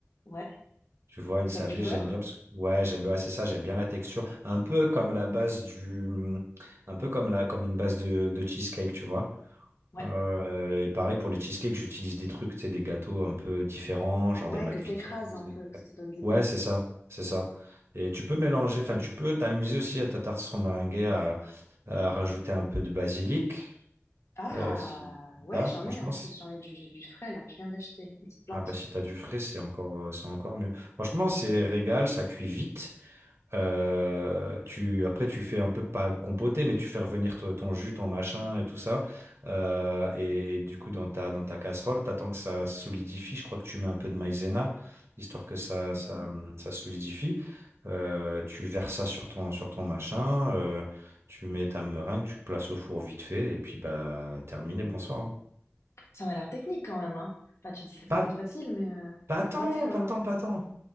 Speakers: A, on the left; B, on the right.
A: Ouais.
B: Tu vois, une
A: Ou
B: sablée,
A: ça avec du beurre?
B: j'aime bien parce que ouais, j'aime bien, ouais, c'est ça, j'aime bien la texture, un peu comme la base du un peu comme la comme une base de, de cheesecake, tu vois.
A: Ouais.
B: Euh, et pareil pour les cheesecakes, j'utilise des trucs, tu sais, des gâteaux un peu différents, genre
A: Ouais,
B: des McVitie's.
A: que t'écrases un
B: des-
A: peu, que ça, ça donne du
B: Ouais,
A: goût.
B: c'est ça, c'est ça.
A: Mm.
B: Et tu peux mélanger, enfin, tu peux t'amuser aussi à ta tartine meringuée à, à rajouter un peu de basilic,
A: Ah,
B: euh, si
A: ouais,
B: t'as,
A: j'en
B: franchement,
A: ai en plus.
B: c'est-
A: J'en ai du, du frais là que je viens d'acheter. Une petite plante.
B: ah bah si t'as du frais, c'est encore, euh, c'est encore mieux. Franchement, c'est régal, ça cuit vite. Euh, tu, après, tu fais un peu pas compoter, mais tu fais revenir to- ton jus, ton machin et tout ça. Euh, et, et du coup, dans ta, dans ta casserole, t'attends que ça solidifie. Je crois que tu mets un peu de maïzena, histoire que ça,
A: Mhm.
B: ça, ça solidifie. Euh,
A: Ah ouais.
B: tu verses ça sur ton, sur ton machin. euh, tu mets ta meringue, tu places au four vite fait. Et puis, bah, terminé, bonsoir. hein.
A: Ça m'a l'air technique quand même, hein. Enfin, tu dis c'est
B: Pas,
A: facile, facile, mais euh,
B: pas tant,
A: moi, tu sais,
B: pas
A: euh,
B: tant, pas tant.